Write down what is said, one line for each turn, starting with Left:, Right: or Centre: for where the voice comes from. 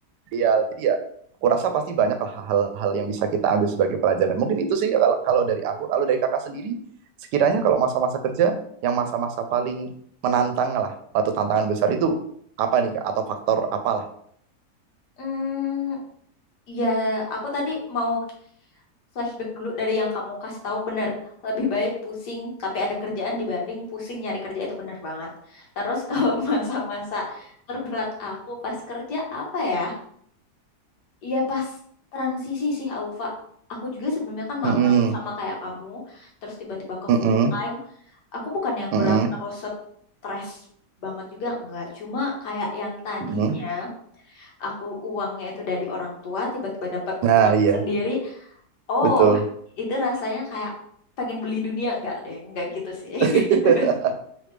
Right: ideal. Jadi ya kurasa pasti banyak hal-hal yang bisa kita ambil sebagai pelajaran. Mungkin itu sih kalau, kalau dari aku, kalau dari kakak sendiri, sekiranya kalau masa-masa kerja yang masa-masa paling menantang lah atau tantangan besar itu apa nih kak? Atau faktor apalah?
Left: Mm, Ya, aku tadi mau flashback dulu dari yang kamu kasih tahu bener lebih baik pusing tapi ada kerjaan dibanding pusing nyari kerja itu bener banget terus kalau <laughs> masa-masa terberat aku pas kerja apa ya iya pas transisi sih Aufa aku juga sebelumnya kan magang
Right: Mm-mm,
Left: sama kayak kamu terus tiba-tiba ke
Right: mm-mm,
Left: full time aku bukan yang
Right: mm-mm,
Left: berat terus stres banget juga enggak cuma kayak yang tadinya
Right: mm-mm.
Left: aku uangnya itu dari orang tua tiba-tiba dapat
Right: Nah
Left: uang
Right: iya
Left: sendiri Oh,
Right: betul.
Left: itu rasanya kayak pengen beli dunia enggak deh, enggak gitu sih. <laughs>
Right: <laughs>
Left: Nggak gitu.